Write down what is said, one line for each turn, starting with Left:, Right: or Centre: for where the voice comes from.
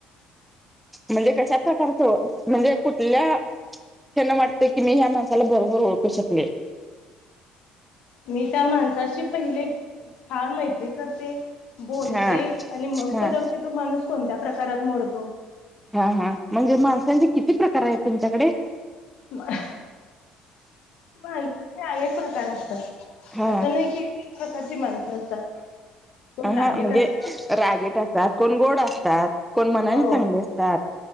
Centre: म्हणजे कशा प्रकार तो म्हणजे कुठल्या त्यांना वाटतं की मी ह्या माणसाला बरोबर ओळखू शकले.
Left: मी त्या माणसाशी पहिले छान मैत्री करते बोलते
Centre: हा
Left: आणि मग
Centre: हा
Left: ठरवते तो माणूस कोणत्या प्रकारात मोडतो.
Centre: हा हा म्हणजे माणसांचे किती प्रकार आहेत तुमच्याकडे?
Left: <unintelligible> माणसाचे अनेक प्रकार असतं
Centre: हा
Left: असं नाही कि प्रकारची माणसं असतात कोण
Centre: हा
Left: रागेट
Centre: म्हणजे
Left: असता
Centre: रागेट असतात, कोण गोड असतात, कोण मनाने
Left: हो
Centre: चांगले असतात.